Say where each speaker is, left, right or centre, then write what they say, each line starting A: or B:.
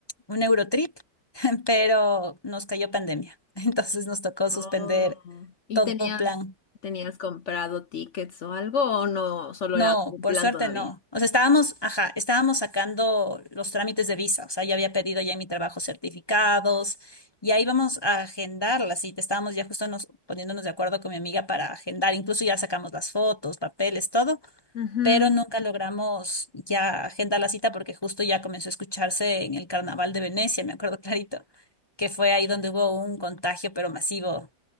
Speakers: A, on the left; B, on the left.
A: un Eurotrip, <laughs> pero nos cayó pandemia. <laughs> Entonces nos tocó
B: Oh.
A: suspender
B: ¿Y
A: todo
B: tenías,
A: plan.
B: tenías comprado tickets o algo o no, solo
A: No,
B: era como un
A: por
B: plan
A: suerte
B: todavía?
A: no. O sea, estábamos, ajá, estábamos sacando los trámites de visa. O sea, ya había pedido ya en mi trabajo certificados y ahí vamos a agendar la cita. Estábamos ya justo nos, poniéndonos de acuerdo con mi amiga para agendar. Incluso ya sacamos las fotos, papeles, todo,
B: Ujú.
A: pero nunca logramos ya agendar la cita porque justo ya comenzó a escucharse en el Carnaval de Venecia, me acuerdo clarito, que fue ahí donde hubo un contagio, pero masivo